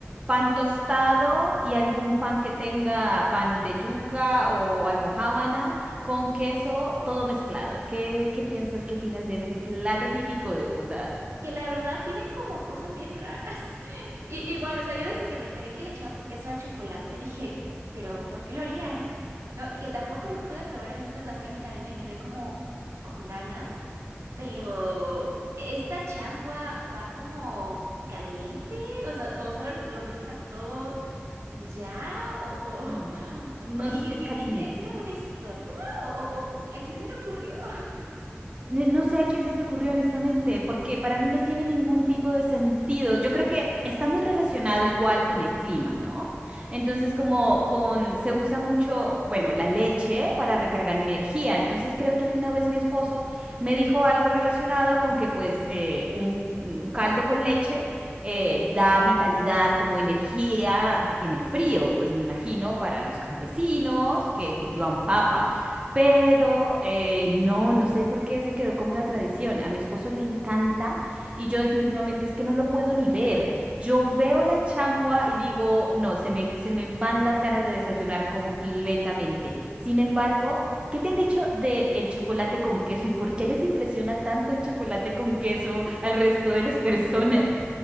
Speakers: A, on the right (about 25°); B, on the right (about 80°).
A: pan tostado y algún pan que tenga pan de yuca o almojábana con queso, todo mezclado. ¿Qué, qué piensas, qué opinas de este plato típico de Bogotá?
B: Que la verdad tienen como cosas bien raras. <laughs> Y, igual, o sea, yo desde que me enteré que le echaban queso al chocolate, dije, pero ¿por qué lo harían? <laughs> No, y que tampoco lo pude probar en esta ocasión y también me quedé como con ganas. Pero esta changua va como caliente, o sea, o solo lo mezclas todo. ¿Y ya? ¿O, o,
A: Mm.
B: <laughs>
A: No
B: o- y,
A: es es
B: y-
A: caliente.
B: y tiene, tiene alguna historia? ¿O, o- o a quién se le ocurrió? <laughs>
A: Ne- No sé a quién se le ocurrió honestamente, porque para mí no tiene ningún tipo de sentido. Yo creo que está muy relacionado igual con el clima, ¿no? Entonces, como con se usa mucho, bueno, la leche para recargar energía. Entonces, creo que alguna vez mi esposo me dijo algo relacionado con que, pues, eh, un, un caldo con leche eh, da vitalidad como energía en el frío, pues me imagino para los campesinos que cultivan papa. Pero eh, no, no sé por qué se quedó como una tradición. A mi esposo le encanta y yo definitivamente es que no lo puedo ni ver. Yo veo la changua y digo, no, se me, se me van las ganas de desayunar completamente. Sin embargo, ¿qué te han dicho de el chocolate con queso y por qué les impresiona tanto el chocolate con queso al resto de las <laughs> personas?